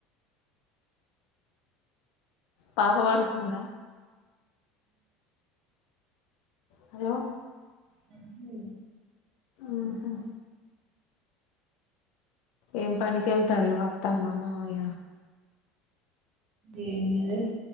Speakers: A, on the left; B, on the right.
A: పాప పడుకుందా హలో
B: పపు
A: ఉహు ఏం పనికెళ్తాన్లు అత్తమ్మ మావయ్య
B: ఎం లె